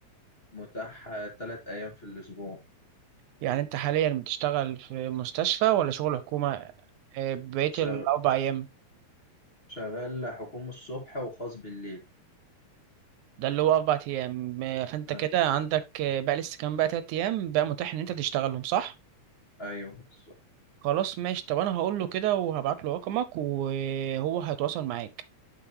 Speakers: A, on the left; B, on the right.
A: متاح تلات أيام في الأسبوع
B: يعني أنت حاليا بتشتغل في مستشفى ولا شغل حكومة آه، بقية
A: شغ...
B: الأربع أيام؟
A: شغال حكومة الصبح وخاص بالليل
B: ده اللي هو اربع ايام م- فانت
A: أي-
B: كده عندك آه، بقى لسه كام بقى تلات ايام بقى متاح ان انت تشتغلهم صح
A: أيوه بالظبط
B: خلاص ماشي طب انا هقول له كده وهبعت له رقمك وهو هيتواصل معاك